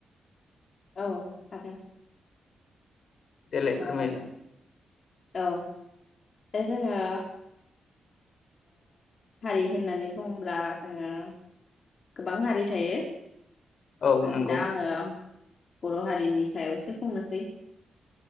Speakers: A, on the left; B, on the left.
A: औ हागोन
B: देलाय
A: ओ
B: फोरमायलाय
A: औ दा जोङो हारि होननानै बुङोब्ला जोङो गोबां हारि थायो
B: औ
A: ए
B: नंगौ
A: दा आङो बर' हारिनि सायाव एसे बुंनोसै